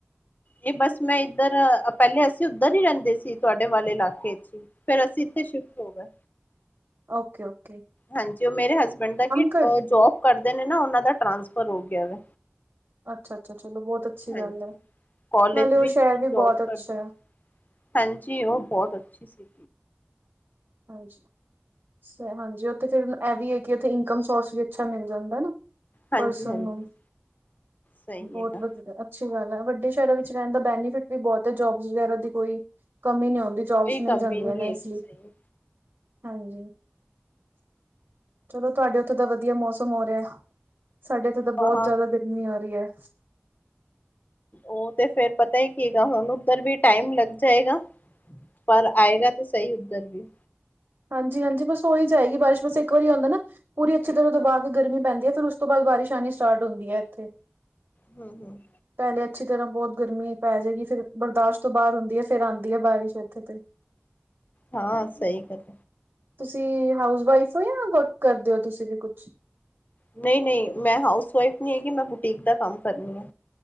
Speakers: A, on the left (about 40°); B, on the right (about 65°).
A: ਇਹ ਬਸ ਮੈਂ ਇੱਧਰ ਪਹਿਲੇ ਅਸੀਂ ਉੱਧਰ ਹੀ ਰਹਿੰਦੇ ਸੀ, ਤੁਹਾਡੇ ਵਾਲੇ ਇਲਾਕੇ ਚ ਹੀ, ਫਿਰ ਅਸੀਂ ਇੱਥੇ ਸ਼ਿਫਟ ਹੋ ਗਏ।
B: Okay -okay.
A: ਹਾਂਜੀ ਔ ਮੇਰੇ ਹਸਬੇਡ ਦਾ ਕੀ,
B: ਕਰ
A: ਜੋਬ ਕਰਦੇ ਨੇ ਨਾ ਉਨਹਾ ਦਾ ਟ੍ਰਾਂਸਫਰ ਹੋ ਗਿਆ ਵੈ।
B: ਅੱਛਾ ਅੱਛਾ ਚਲੋ ਬਹੁਤ ਅੱਛੀ
A: ਹਾਂਜੀ
B: ਗੱਲ ਹੈ
A: ਕੋਲਜ
B: ਨਾਲੇ ਉਹ
A: ਵਿੱਚ
B: ਸ਼ਹਿਰ
A: ਜੋਬ
B: ਵੀ ਬਹੁਤ ਅੱਛਾ
A: ਕਰਦੇ।
B: ਹੈ
A: ਹਾਂਜੀ, ਉਹ ਬਹੁਤ ਅੱਛੀ ਸੀ।
B: ਹਾਂ ਹਾਂਜੀ ਉੱਥੇ ਫਿਰ ਇਹ ਵੀ ਹੈ। ਕਿ ਉਥੇ ਇਨਕਮ ਸੋਰਸ ਵੀ ਅੱਛਾ ਮਿਲ ਜਾਂਦਾ ਨਾ।
A: ਹਾਂਜੀ
B: ਪਰਸਨ
A: ਹਾਂਜੀ
B: ਨੂੰ,
A: ਸਹੀ
B: ਬਹੁਤ
A: ਹੈਗਾ
B: ਵਧੀਆ, ਅੱਛੀ ਗੱਲ ਐ। ਵੱਡੇ ਸ਼ਹਿਰਾਂ ਵਿੱਚ ਰਹਿਣ ਦਾ ਬੈਨੀਫਿਟ ਵੀ ਬਹੁਤ ਹੈ, ਜੋਬ ਵਗੈਰਾ ਦੀ ਕੋਈ ਕਮੀ ਨੀ ਆਉਂਦੀ।
A: ਕੋਈ
B: ਜੋਬਸ
A: ਕਮੀ
B: ਮਿਲ ਜਾਂਦੀਆਂ
A: ਨਹੀਂ
B: ਨੇ ਇਸ
A: ਹੈਗੀ
B: ਵਿਚ
A: ਸਹੀ
B: ਹਾਂਜੀ। ਚਲੋ ਤੁਹਾਡੇ ਉੱਥੇ ਦਾ ਵਧੀਆ ਮੌਸਮ ਹੋ ਰਿਹਾ ਹੈ। ਸਾਡੇ ਇੱਥੇ ਤਾਂ
A: ਹਾਂ
B: ਬਹੁਤ
A: ਹਾਂ
B: ਜ਼ਿਆਦਾ ਗਰਮੀ ਆ ਰਹੀ ਹੈ।
A: ਔ ਤੇ ਫੇਰ ਪਤਾ ਹੀ ਕਹੇਗਾ, ਹੁਣ ਉਧਰ ਵੀ ਟਾਈਮ ਲੱਗ ਜਾਏਗਾ। ਪਰ ਆਏਗਾ ਤੇ ਸਹੀ ਉੱਧਰ ਵੀ।
B: ਹਾਂਜੀ ਹਾਂਜੀ, ਬਸ ਹੋ ਹੀ ਜਾਏਗੀ ਬਾਰਿਸ਼, ਬਸ ਇੱਕ ਵਾਰੀ ਹੋਂਦਾ ਨਾ, ਪੂਰੀ ਅੱਛੀ ਤਰ੍ਹਾਂ ਦਬਾ ਕੇ ਗਰਮੀ ਪੈਂਦੀ ਹੈ, ਫਿਰ ਉਸ ਤੋਂ ਬਾਅਦ ਬਾਰਿਸ਼ ਆਉਣੀ ਸਟਾਰਟ ਹੁੰਦੀ ਹੈ ਇੱਥੇ,
A: ਹਮ ਹਮ
B: ਪਹਿਲੇ ਅੱਛੀ ਤਰ੍ਹਾਂ ਬਹੁਤ। ਗਰਮੀ ਪੈ ਜਾਏਗੀ, ਫੇਰ ਬਰਦਾਸ਼ਤ ਤੋਂ ਬਾਹਰ ਹੁੰਦੀ ਹੈ, ਫੇਰ ਆਉਂਦੀ ਹੈ ਬਾਰਿਸ਼ ਇੱਥੇ ਤੇ।
A: ਹਾਂ ਸਹੀ ਗੱਲ ਹੈ।
B: ਤੁਸੀਂ ਹਾਊਸ ਵਾਈਫ ਹੋ, ਜਾਂ ਵਰਕ ਕਰਦੇ ਹੋ, ਤੁਸੀਂ ਵੀ ਕੁਛ?
A: ਨਹੀਂ ਨਹੀਂ ਮੈਂ ਹਾਊਸ ਵਾਈਫ ਨਹੀਂ ਹੈਗੀ, ਮੈਂ ਬੁਟੀਕ ਦਾ ਕੰਮ ਕਰਨੀ ਆ।